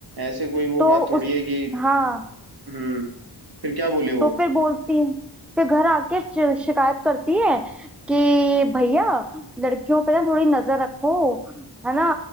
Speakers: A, on the right; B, in the centre.
A: ऐसे कोई वो
B: तो
A: बात थोड़ी
B: उस
A: है कि
B: हाँ
A: हम्म फिर क्या बोले
B: तो
A: वो
B: फिर बोलती है फिर घर आके च- शिकायत करती है कि भैया लड़कियों पे ना थोड़ी नजर रखो है ना